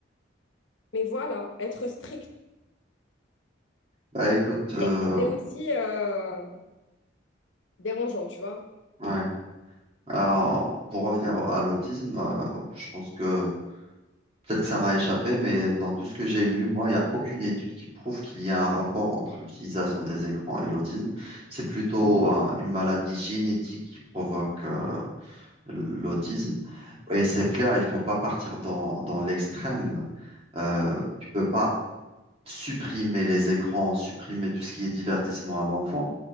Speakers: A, on the left; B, on the right.
A: Mais voilà, être strict,
B: Bah écoute, euh,
A: strict, c'est aussi euh, dérangeant, tu vois.
B: ouais. Alors, pour revenir à l'autisme, euh, je pense que peut-être que ça m'a échappé, mais dans tout ce que j'ai lu, moi, il n'y a aucune étude qui prouve qu'il y a un rapport entre l'utilisation des écrans et l'autisme. C'est plutôt, euh, une maladie génétique qui provoque, euh, l'autisme. Et c'est clair, il faut pas partir dans, dans l'extrême. Euh, tu peux pas supprimer les écrans, supprimer tout ce qui est divertissement à l'enfant,